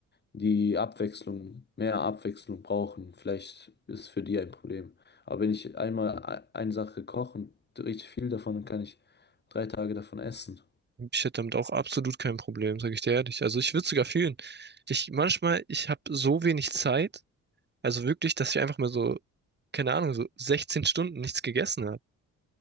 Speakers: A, on the left; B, on the right.
A: die Abwechslung, mehr Abwechslung brauchen. Vielleicht ist es für die ein Problem. Aber wenn ich einmal e- eine Sache koche und richtig viel davon, dann kann ich drei Tage davon essen.
B: Ich hätte damit auch absolut kein Problem, sage ich dir ehrlich. Also ich würde sogar fühlen. Ich manchmal, ich habe so wenig Zeit, also wirklich, dass ich einfach mal so, keine Ahnung, so 16 Stunden nichts gegessen